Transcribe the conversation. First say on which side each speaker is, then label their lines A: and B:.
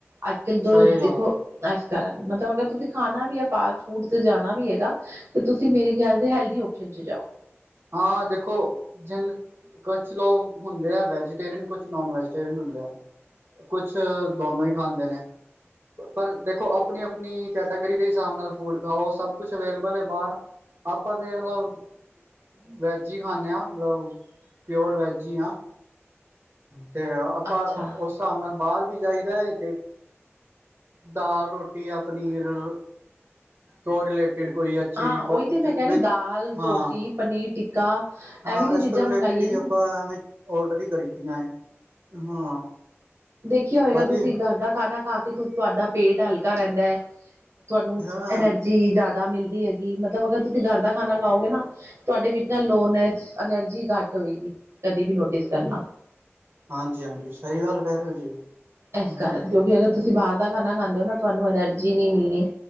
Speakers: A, on the right (about 65°); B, on the right (about 45°).
A: ਅੱਜ-ਕੱਲ ਦੋ
B: ਸਹੀ
A: ਦੇਖੋ
B: ਗੱਲ
A: ਇਸ ਕਾਰਨ ਮਤਲਬ ਅਗਰ ਤੁਸੀਂ ਖਾਣਾ ਵੀ ਹੈ ਫਾਸ ਫੂਡ ਤੇ ਜਾਣਾ ਵੀ ਹੈਗਾ ਤੇ ਤੁਸੀਂ ਮੇਰੇ ਖਿਆਲ ਦੇ ਹੈਲਦੀ ਆਪਸ਼ਨ ਚ ਜਾਓ।
B: ਹਾਂ, ਦੇਖੋ ਜਿਨ ਕੁਛ ਲੋਕ ਹੁੰਦੇ ਆ ਵੈਜੀਟੇਰੀਅਨ ਕੁਛ ਨੋਨ ਵੈਜੀਟੇਰੀਅਨ ਹੁੰਦੇ ਆ। ਕੁਛ <unintelligible> ਹੀ ਖਾਂਦੇ ਨੇ ਪਰ ਦੇਖੋ ਆਪਣੀ ਆਪਣੀ ਕੈਟਾਗਰੀ ਦੇ ਹਿਸਾਬ ਨਾਲ ਫੂਡ ਖਾਓ ਸਭ ਕੁਛ ਅਵੇਲੇਬਲ ਹੈ ਬਾਹਰ ਆਪਾਂ ਤਾਂ ਮਤਲਬ ਵੈਜ ਹੀ ਖਾਂਦੇ ਹਾਂ ਮਤਲਬ ਪਿਓਰ ਵੈੱਜ ਹੀ ਹਾਂ ਤੇ ਆਪਾਂ
A: ਅੱਛਾ
B: ਉਸ ਹਿਸਾਬ ਨਾਲ ਬਾਹਰ ਵੀ ਜਾਈਦਾ ਹੈ ਤੇ ਦਾਲ ਰੋਟੀ ਜਾਂ ਪਨੀਰ <unintelligible> ਤੋਂ ਰਿਲੇਟਿਡ ਕੋਈ ਅੱਛੀ
A: ਹਾਂ ਉਹੀ ਤੇ ਮੈਂ ਕਹਿ
B: ਵਿਦ
A: ਰਹੀ ਦਾਲ
B: ਹਾਂ
A: ਰੋਟੀ ਪਨੀਰ ਟਿੱਕਾ
B: ਹਾਂ
A: ਐਵੇਂ ਦੀ
B: ਇਸ
A: ਚੀਜ਼ਾਂ
B: ਤੋਂ ਰਿਲੇਟਿਡ
A: ਮੰਗਾਈਏ
B: ਹੀ
A: ਨਾ
B: ਆਪਾਂ ਐਵੇ ਔਡਰ ਹੀ ਕਰੀ ਦੀਆਂ ਹਾਂ
A: ਦੇਖਿਆ ਹੋਏਗਾ
B: ਬਾਕੀ
A: ਤੁਸੀਂ ਘਰ ਦਾ ਖਾਣਾ ਖਾ ਕੇ ਤੁਹਾਡਾ ਪੇਟ ਹਲਕਾ ਰਹਿੰਦਾ ਐ ਤੁਹਾਨੂੰ
B: ਹਾਂ
A: ਐਨਰਜੀ ਜ਼ਿਆਦਾ ਮਿਲਦੀ ਹੈਗੀ ਮਤਲਬ ਅਗਰ ਤੁਸੀਂ ਘਰ ਦਾ ਖਾਣਾ ਖਾਓਗੇ ਨਾ ਤੁਹਾਡੇ ਵਿੱਚ ਨਾ ਲੋਨੈਸ ਐਨਰਜੀ ਘੱਟ ਹੋਏਗੀ ਕਦੇ ਵੀ ਨੋਟਿਸ ਕਰਨਾ
B: ਹਾਂਜੀ ਹਾਂਜੀ ਸਹੀ ਗੱਲ ਕਹਿ ਰਹੇ ਹੋ ਜੀ
A: ਇਸ
B: ਹਮ
A: ਕਾਰਨ ਕਿਉਂਕਿ ਅਗਰ ਤੁਸੀਂ ਬਾਹਰ ਦਾ ਖਾਣਾ ਖਾਂਦੇ ਹੋ ਨਾ ਤੁਹਾਨੂੰ ਐਨਰਜੀ ਨਹੀਂ ਮਿਲਣੀ